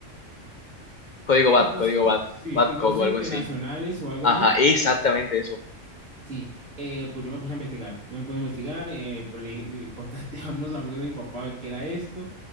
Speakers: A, on the left; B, on the right.
A: código VAT,
B: impuestos,
A: código VAT,
B: sí,
A: VAT
B: impuestos
A: code o D o algo
B: internacionales
A: así.
B: o algo
A: Ajá,
B: así,
A: exactamente eso.
B: Sí, eh, pues yo me puse a investigar, yo me puse a investigar, eh, pues le dije- eh, <laughs> contacté a unos amigos de mi papá a ver qué era esto,